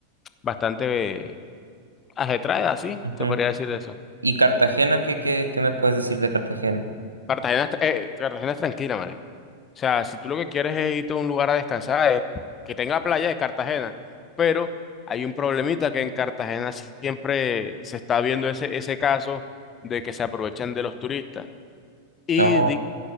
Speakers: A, on the left (about 25°); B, on the right (about 80°).
A: bastante ajetreada, así,
B: ujú.
A: te podría decir de eso.
B: ¿Y Cartagena? ¿Qué, qué, qué me puedes decir de Cartagena?
A: Cartagena, es- eh, Cartagena es tranquila, marico O sea, si tú lo que quieres es irte a un lugar a descansar, eh, que tenga playa de Cartagena, pero hay un problemita que en Cartagena siempre se está viendo ese, ese caso de que se aprovechan de los turistas. Y
B: Oh,
A: di-